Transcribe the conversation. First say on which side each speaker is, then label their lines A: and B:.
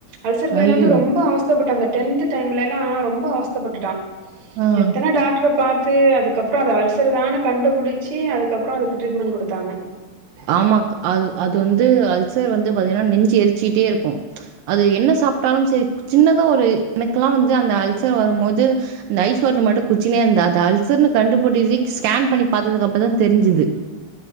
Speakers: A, on the right; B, on the right.
A: அல்சர் பையன்
B: ஐயோ!
A: வந்து ரொம்ப அவஸ்த் விட்டாங்க டென்த் டைம்ல எல்லாம் ரொம்ப அவச்தைப்பட்டுட்டான்
B: ஆ.
A: எத்தனை டாக்டரை பார்த்த பத்து அதுக்கப்புறம் அல்சர தான கண்டுபிடிச்சி அதுக்கப்புறம் அதுக்கு ட்ரீட்மெண்ட் கொடுத்தாங்க
B: ஆமாக் அது அது வந்து அல்சர் வந்து பாத்தீங்கன்னா நெஞ்சு எரிச்சிட்டே இருக்கும் அது என்ன சாப்ட்டாலும் செரி சின்னதா ஒரு எனக்குல்லா வந்து அந்த அல்சர் வரும் போது அந்த ஐஸ் வாட்டர் மட்டும் குச்சினே அந்த அத அல்சர்னு கண்டுபிடி ஸ்கேன் பண்ணி பாத்ததுக்கு அப்புறதான் தெரிஞ்சுது